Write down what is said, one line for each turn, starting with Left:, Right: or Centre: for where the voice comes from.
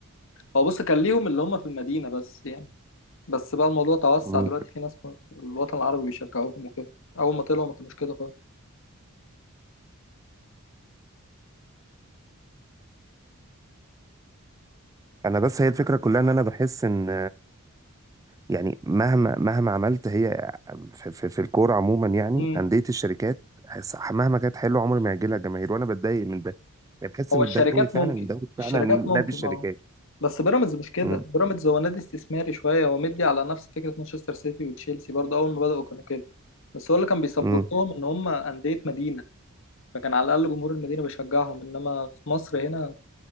Left: هو بص كان ليهم اللي هم في المدينة بس يعني بس بقى الموضوع توسع
Right: مم.
Left: دلوقتي في ناس في الوطن العربي بيشجعوهم وكده أول ما طلعوا ما كانوش كده خالص
Right: انا بس هي الفكره كلها ان انا بحس ان يعني مهما مهما عملت هي في, في, في الكوره عموما يعني
Left: مم.
Right: انديه الشركات هس- مهما كانت حلوه عمر ما هيجي لها جماهير وانا بتضايق من ده يعني بحس
Left: هو
Right: ان
Left: الشركات
Right: الدوري فعلا
Left: ممكن
Right: الدوري فعلا
Left: الشركات ممكن
Right: نادي الشركات
Left: اه بس بيراميدز مش كده
Right: م-
Left: بيراميدز هو نادي استثماري شوية هو مدي على نفس فكرة مانشستر سيتي وتشيلسي برضه أول ما بدأوا كانوا كده بس هو اللي كان بيسبورتهم
Right: م.
Left: إن هم أندية مدينة فكان على الأقل جمهور المدينة بيشجعهم إنما في مصر هنا